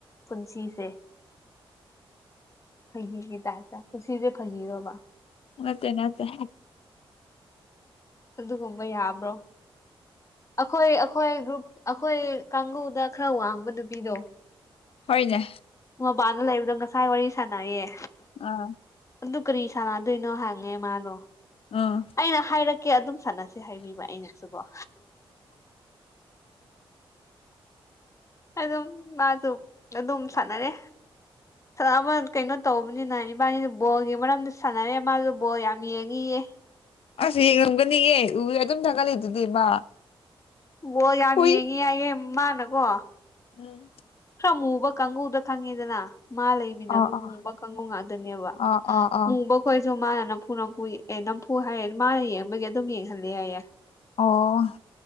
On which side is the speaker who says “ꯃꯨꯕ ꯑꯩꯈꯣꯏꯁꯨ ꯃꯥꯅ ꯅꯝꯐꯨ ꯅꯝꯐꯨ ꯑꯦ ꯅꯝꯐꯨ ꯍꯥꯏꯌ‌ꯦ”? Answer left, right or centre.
Left